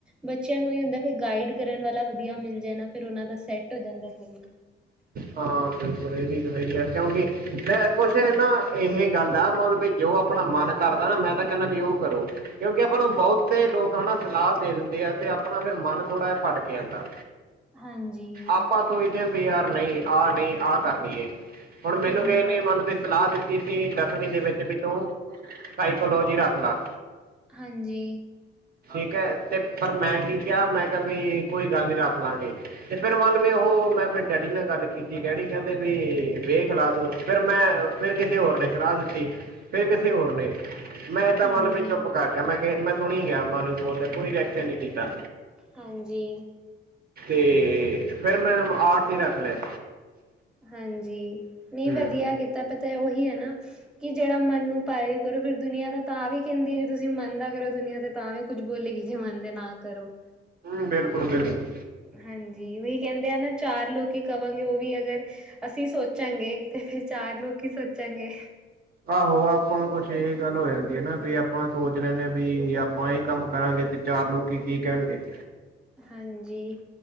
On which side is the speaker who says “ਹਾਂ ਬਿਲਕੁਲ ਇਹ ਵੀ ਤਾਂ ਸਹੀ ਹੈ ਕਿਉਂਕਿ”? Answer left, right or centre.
Right